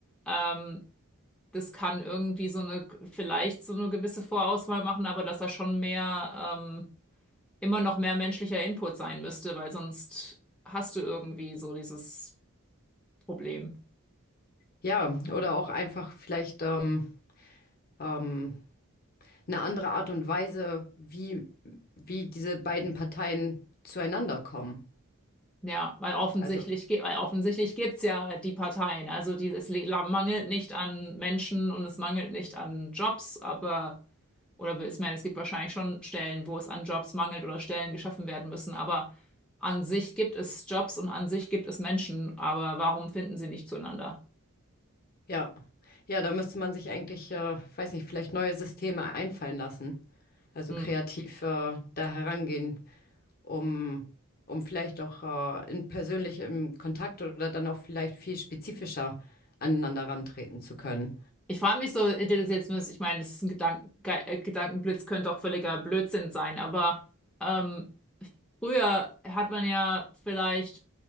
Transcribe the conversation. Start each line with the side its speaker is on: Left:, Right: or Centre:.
Centre: ähm, das kann irgendwie so eine, vielleicht so eine gewisse Vorauswahl machen, aber dass da schon mehr, ähm, immer noch mehr menschlicher Input sein müsste, weil sonst hast du irgendwie so dieses Problem.
Left: Ja, oder auch einfach vielleicht ähm, ähm, eine andere Art und Weise, wie, wie diese beiden Parteien zueinander kommen.
Centre: Ja, weil offensichtlich,
Left: Also,
Centre: ge- weil offensichtlich gibt es ja die Parteien. Also die, es le- mangelt nicht an Menschen und es mangelt nicht an Jobs, aber, oder ich meine, es gibt wahrscheinlich schon Stellen, wo es an Jobs mangelt oder Stellen geschaffen werden müssen, aber an sich gibt es Jobs und an sich gibt es Menschen, aber warum finden sie nicht zueinander?
Left: ja. Ja, da müsste man sich eigentlich, äh, weiß nicht, vielleicht neue Systeme einfallen lassen. Also
Centre: Hm.
Left: kreativ äh, da herangehen, um, um vielleicht auch äh, in persönlich im Kontakt oder dann auch vielleicht viel spezifischer aneinander rantreten zu können.
Centre: Ich frage mich so, äh, das ist jetzt, ich meine, das ist ein Gedanken, Ge- äh, Gedankenblitz könnte auch völliger Blödsinn sein, aber ähm, Früher hat man ja vielleicht,